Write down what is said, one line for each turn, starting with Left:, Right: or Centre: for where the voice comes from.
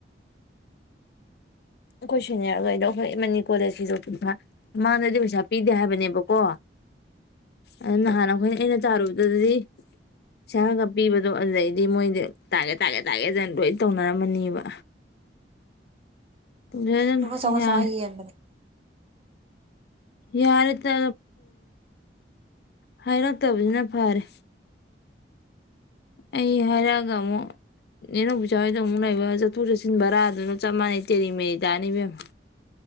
Left: ꯑꯩꯈꯣꯏ ꯁꯨꯅꯤꯌꯔꯗꯩꯗꯣ ꯑꯩꯈꯣꯏ ꯑꯃꯅꯤꯅꯤ ꯀꯣꯂꯦꯖꯁꯤꯗ ꯄꯩꯁꯥ ꯃꯃꯥꯡꯗꯗꯤ ꯄꯩꯁꯥ ꯄꯤꯗꯦ ꯍꯥꯏꯕꯅꯦꯕꯀꯣ ꯑꯗꯨ ꯅꯍꯥꯟ ꯑꯩꯈꯣꯏꯅ ꯑꯩꯅ ꯇꯥꯔꯨꯕꯗꯗꯗꯤ ꯄꯩꯁꯥꯒ ꯄꯤꯕꯗꯣ ꯑꯗꯨꯗꯩꯗꯤ ꯃꯣꯏꯗꯤ ꯇꯥꯒꯦ ꯇꯥꯒꯦ ꯇꯥꯒꯦ ꯑꯗꯨꯅ ꯂꯣꯏ ꯇꯧꯅꯔꯝꯃꯅꯦꯕ ꯇꯖꯗꯅ
Right: ꯂꯨꯄꯥ ꯆꯥꯝꯃꯉꯥ
Left: ꯌꯥꯏ
Right: ꯆꯥꯝꯃꯉꯥ ꯌꯦꯟꯕꯅꯦ
Left: ꯌꯥꯔꯦ ꯇ ꯍꯥꯏꯔꯛꯇꯕꯁꯤꯅ ꯐꯔꯦ ꯑꯩ ꯍꯥꯏꯔꯛꯑꯒ ꯑꯃꯨꯛ ꯌꯦꯅꯧꯄꯤꯆꯥꯍꯣꯏꯗꯣ ꯑꯃꯨꯛ ꯂꯩꯕ ꯆꯠꯊꯣꯛ ꯆꯠꯁꯤꯟ ꯕꯔꯥꯗꯨꯅ ꯆꯞ ꯃꯥꯟꯅꯩ ꯇꯦꯔꯤ ꯃꯦꯔꯤ ꯇꯥꯅꯤꯕꯦꯝ